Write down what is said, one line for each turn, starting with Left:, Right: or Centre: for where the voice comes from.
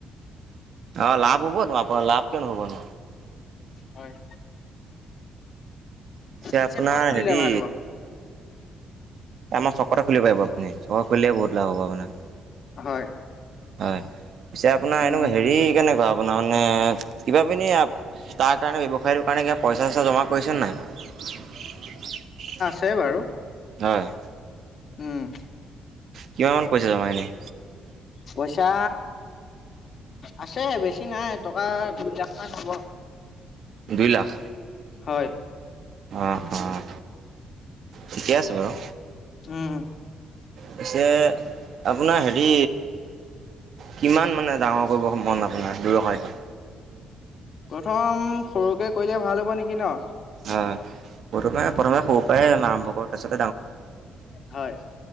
Right: অ', লাভ হ'ব ত আপোনাৰ লাভ কিয় নহ'ব ন।
Left: হয়',
Right: পিছে
Left: আচ্ছা,
Right: আপোনাৰ
Left: ক'ত খুলিলে
Right: হেৰি
Left: ভাল হ'ব?
Right: আমাৰ চকতে খুলিব পাৰিব আপুনি চকত খুলিলে বহুত লাভ হ'ব আপোনাৰ।
Left: হয়',।
Right: হয়, পিছে আপোনাৰ
Left: উম
Right: এনেকা হেৰি কেনেকুৱা আপোনাৰ মানে কিবা পিনি তাৰ কাৰণে ব্যৱসায়ীটোৰ কাৰণে কিবা পইচা চইচা জমা কৰিছে নাই?
Left: কৰিছোঁ বাৰু।
Right: হয়',।
Left: উম',।
Right: কিমান পইচা জমা এনেই?
Left: পইচা আছে, বেছি নাই টকা দুই লাখ মান হ'ব।
Right: দুই লাখ?
Left: হয়',।
Right: অহ', - অহ', ঠিকে আছে বাৰু।
Left: উম,
Right: পিছে আপোনাৰ হেৰি কিমান মানে ডাঙৰ কৰিব মন আপোনাৰ ব্যৱসায়তো?
Left: প্ৰথম, সৰুকে কৰিলে ভাল হ'ব নেকি ন?
Right: হয় সৰুটো মানে প্ৰথমে সৰু পৰাই আৰম্ভ কৰ তাৰপিছত
Left: হয়',।